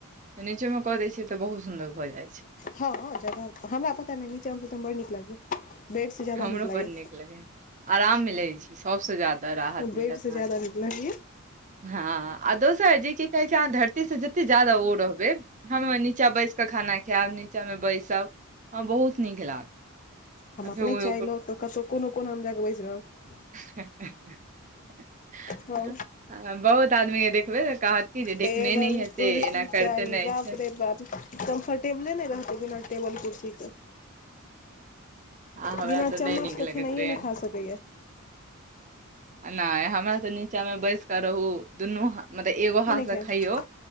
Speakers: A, on the right; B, on the left.
A: त निचोमे कऽ दै छियै तऽ बहुत सुन्दर भऽ जाइ छैय।
B: हँ जगह हमरा पता ने नीचामे सुतयमे बड़ नीक लागय ये बेड से ज्यादा
A: हमरो
B: नीक लागय
A: बड
B: ये।
A: लगैए आराम मिलय छैय सबसँ ज्यादा। राहत
B: बेडसँ
A: मिलत अहाँके
B: ज्यादा निक लगय या।
A: हँ आ दोसर जे की कहय छैय अहाँ धरतीसँ जतेक ज्यादा ओ रहबै हम अपन नीचाँ बैस कऽ खाना खायब नीचाँमे बैसब हँ बहुत नीक लागत।
B: हम
A: आ
B: अपने
A: फेर ओहि
B: चाय लऽ क कतहु कोनो कोनामे हम जाकऽ बैस रहब।
A: ह-ह-ह-
B: हौ
A: बहुत आदमी ये देखबै त कहत कि जे देखने
B: टेबल
A: नहि हेतै
B: कुर्सी
A: एना करिते
B: चाही
A: नहि
B: बाप
A: छै
B: रे बाप। कम्फर्टेबले नहि रहतै बिना टेबल कुर्सी क।
A: आ हमरा
B: बिना चम्मच
A: तऽ नहि नीक
B: केऽ
A: लगैत
B: खेनाइये
A: रहैए
B: न खा सकै या।
A: आ नहि हमरा तऽ नीचा मे बैस क रहू दुनू ह। मतलब एगो
B: की
A: हाथ
B: नहि
A: से
B: खायब
A: खइयौ